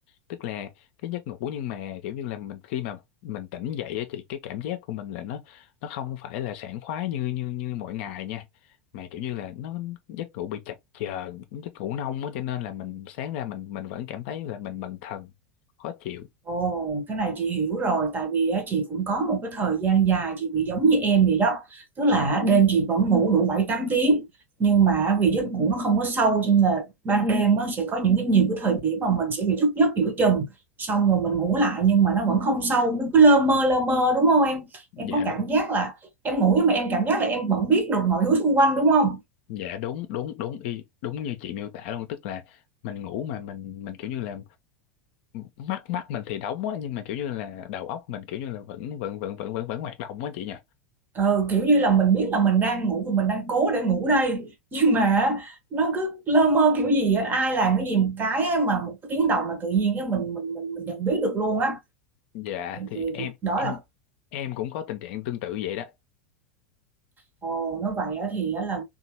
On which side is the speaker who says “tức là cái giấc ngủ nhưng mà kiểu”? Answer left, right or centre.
Left